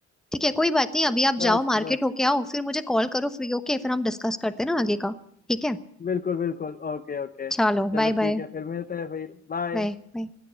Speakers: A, in the centre; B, on the left.
A: ठीक है कोई बात नहीं अभी आप
B: बस
A: जाओ मार्केट
B: बस
A: होके आओ फिर मुझे कॉल करो फ्री होके फिर हम डिस्कस करते हैं ना आगे का ठीक है
B: बिल्कुल बिल्कुल ओके ओके
A: चलो
B: चलो
A: बाय बाय
B: ठीक है फिर मिलते हैं फिर बाय
A: Bye bye